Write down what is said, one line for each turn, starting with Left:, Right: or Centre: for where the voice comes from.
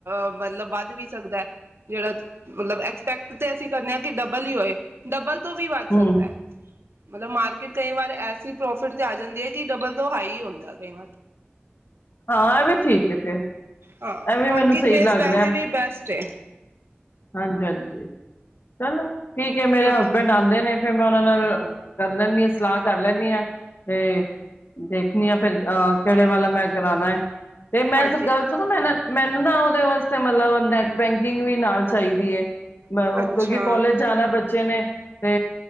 Right: ਅ ਮਤਲਬ ਵੱਧ ਵੀ ਸਕਦਾ ਹੈ ਜਿਹੜਾ ਮਤਲਬ ਐਕਸਪੈਕਟ ਤੇ ਅਸੀਂ ਕਰਨੇ ਹਾਂ ਡਬਲ ਹੀ ਹੋਏ ਡਬਲ ਤੋਂ ਵੀ ਵੱਧ
Left: ਹੂੰ
Right: ਸਕਦਾ ਮਤਲਬ ਮਾਰਕ ਕਈ ਵਾਰ ਐਸੀ ਪ੍ਰੋਫਿਟ ਤੇ ਆ ਜਾਂਦੀ ਹੈ ਕਿ ਡਬਲ ਦੋ ਹਾਈ ਹੁੰਦਾ ਕਈ ਵਾਰ
Left: ਹਾਂ ਇਹ ਵੀ ਠੀਕ ਫਿਰ ਹੈ
Right: ਹਾਂ
Left: ਐਵੇਂ
Right: ਮਾਰਕੀਟ
Left: ਮੈਨੂੰ ਸਹੀ
Right: ਬੇਸ
Left: ਲੱਗ
Right: ਵੈਸੇ
Left: ਰਿਹਾ
Right: ਵੀ ਬੈਸਟ ਹੈ
Left: ਹਾਂਜੀ ਹਾਂਜੀ ਚਲੋ ਠੀਕ ਹੈ ਮੇਰੇ
Right: ਹਾਂ
Left: ਹਸਬੈਂਡ ਆਉਂਦੇ ਨੇ ਫਿਰ ਮੈਂ ਉਹਨਾਂ ਨਾਲ ਕਰ ਲੈਂਦੀ ਹ ਸੀ ਸਲਾਹ ਕਰ ਲੈਂਨੇ ਹਾਂ ਤੇ ਦੇਖਣੀ ਆ ਫੇਿਰ ਅਹ ਕਿਹੜੇ ਵਾਲਾ ਮੈਂ ਕਰਾਣਾ ਹੈ ਤੇ ਮੈਂ
Right: ਹਾਂਜੀ
Left: ਗਲ ਸੁ ਨਾ ਮੈਨੂੰ ਮੈਨੂੰ ਨਾ ਉਹਦੇ ਵਾਸਤੇ ਤੇ ਮਤਲਬ ਹੋਂਦਾ ਹੈ ਬੈਂਕਿੰਗ ਵੀ ਨਾਲ ਕੀਦੀ ਹੈ ਕਿਉਂਕਿ
Right: ਅੱਛਾ
Left: ਕਾਲਜ ਜਾਣਾ ਬੱਚੇ ਨੇ ਤੇ